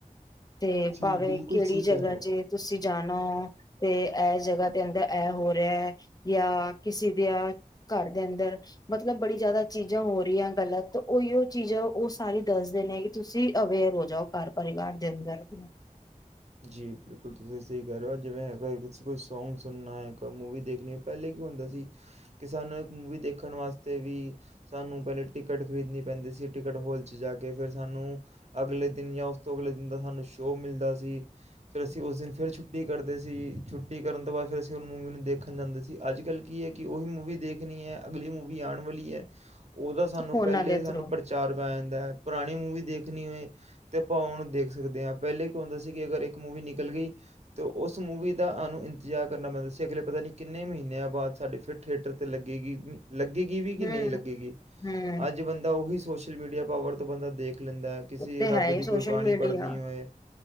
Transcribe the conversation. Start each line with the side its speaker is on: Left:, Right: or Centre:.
Left: ਤੇ
Right: ਜੀ
Left: ਭਾਵੇਂ
Right: ਬਿਲਕੁਲ
Left: ਕਿਹੜੀ
Right: ਸਹੀ ਕਹਿ
Left: ਜਗ੍ਹਾ
Right: ਰਹੇ ਹੋ
Left: ਚ ਤੁਸੀਂ ਜਾਣਾ ਹੋ ਤੇ ਇਹ ਜਗ੍ਹਾ ਦੇ ਅੰਦਰ ਇਹ ਹੋ ਰਿਹਾ ਹੈ ਜਾਂ ਕਿਸੇ ਦੀ ਘਰ ਦੇ ਅੰਦਰ ਮਤਲਬ ਬੜੀ ਜ਼ਿਆਦਾ ਚੀਜ਼ਾਂ ਹੋ ਰਹੀਆਂ ਗਲਤ ਉਹੀਓ ਚੀਜ਼ਾਂ ਉਹ ਸਾਰੀ ਦੱਸਦੇ ਨੇ ਕਿ ਤੁਸੀਂ ਅਵੇਅਰ ਹੋ ਜਾਓ ਘਰ ਪਰਿਵਾਰ ਦੇ ਅੰਦਰ ਆਪਣੇ
Right: ਜੀ ਬਿਲਕੁਲ ਤੁਸੀਂ ਸਹੀ ਕਹਿ ਰਹੇ ਹੋ ਅੱ ਜਿਵੇਂ ਕੋਈ ਸੌਗ ਸੁਨਾਇਕ ਮੂਵੀ ਦੇਖਣੀ ਹੈ ਪਹਿਲੇ ਕੀ ਹੁੰਦਾ ਸੀ ਕਿ ਸਾਨੂੰ ਇੱਕ ਮੂਵੀ ਦੇਖਣ ਵਾਸਤੇ ਵੀ ਸਾਨੂੰ ਪਹਿਲੇ ਟਿਕਟ ਖਰੀਦਣੀ ਪੈਂਦੀ ਸੀ ਟਿਕਟ ਹਲ 'ਚ ਜਾ ਕੇ ਫਿਰ ਸਾਨੂੰ ਅਗਲੇ ਦਿਨ ਜਾਂ ਉਸ ਤੋਂ ਅਗਲੇ ਦਿਨ ਦਾ ਸਾਨੂੰ ਸ਼ੋਅ ਮਿਲਦਾ ਸੀ ਫਿਰ ਅਸੀਂ ਉਸ ਦਿਨ ਫਿਰ ਛੁੱਟੀ ਕਰਦੇ ਸੀ ਛੁੱਟੀ ਕਰਨ ਤੋਂ ਬਾਅਦ ਫਿਰ ਅਸੀਂ ਉਸ ਮੂਵੀ ਨੂੰ ਦੇਖਣ ਜਾਂਦੇ ਸੀ ਅੱਜ ਕੱਲ੍ਹ ਕੀ ਹੈ ਕਿ ਉਹੀ ਮੂਵੀ ਦੇਖਣੀ ਹੈ ਅਗਲੀ ਮੂਵੀ ਆਉਣ ਵਾਲੀ ਹੈ ਉਹਦਾ ਸਾਨੂੰ
Left: ਫੋਨਾਂ
Right: ਪਹਿਲੇਾਂ
Left: ਦੇ
Right: ਹੀ ਸਾਨੂੰ
Left: ਥਰੂ
Right: ਪ੍ਰਚਾਰ ਬਣਾਣ ਪੁਰਾਣੀ ਮੂਵੀ ਦੇਖਣੀ ਹੋਏ ਤੇ ਭਾਵ ਨੂੰ ਦੇਖ ਸਕਦੇ ਹਾਂ ਪਹਿਲੇ ਕੀ ਹੁੰਦਾ ਸੀ ਕਿ ਅਗਰ ਇੱਕ ਮੂਵੀ ਨਿਕਲ ਗਈ ਤਾਂ ਉਸ ਮੂਵੀ ਦਾ ਆਨੂੰ ਇੰਤਜ਼ਾਰ ਕਰਨਾ ਪੈਂਦਾ ਸੀ ਅਗਲੇ ਪਤਾ ਨਹੀਂ ਕਿੰਨੇ ਮਹੀਨਿਆਂ ਬਾਅਦ ਸਾਡੇ ਫਿਰ ਥੀਏਟਰ 'ਤੇ ਲੱਗੇਗੀ ਲੱਗੇਗੀ ਵੀ ਕਿ
Left: ਹਮ
Right: ਨਹੀਂ ਲੱਗੇਗੀ
Left: ਹਮ
Right: ਅੱਜ ਬੰਦਾ ਉਹੀ ਸੋਸ਼ਲ ਮੀਡੀਆ ਪਾਵਰ ਤੋਂ ਬੰਦਾ ਦੇਖ ਖ ਲੈਂਦੈ ਕਿਸੀ
Left: ਉਤੇ
Right: ਰੱਬ
Left: ਹੈ ਹੀ
Right: ਦੀ
Left: ਸੋਸ਼ਲ
Right: ਕੋਈ ਬਾਣੀ
Left: ਮੀਡੀਆ
Right: ਪੜ੍ਹਨੀ ਹੋਏ